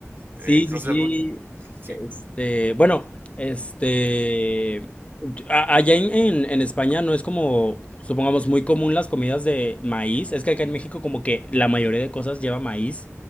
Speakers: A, on the right (about 40°); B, on the left (about 25°).
A: Eh,
B: Sí,
A: ¿conoces
B: sí, sí.
A: algo? Sí,
B: Este, bueno, este, yo- a- allá en, en- en España no es como, supongamos, muy común las comidas de maíz. Es que acá en México como que la mayoría de cosas lleva maíz.